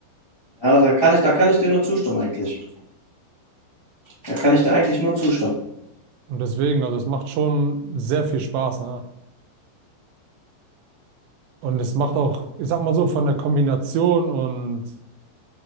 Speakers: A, on the left; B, on the right.
A: Ja, da kann ich, da kann ich dir nur zustimmen eigentlich. Da kann ich dir eigentlich nur zustimmen.
B: Und deswegen, also es macht schon sehr viel Spaß, ne? Und es macht auch, ich sag mal so, von der Kombination und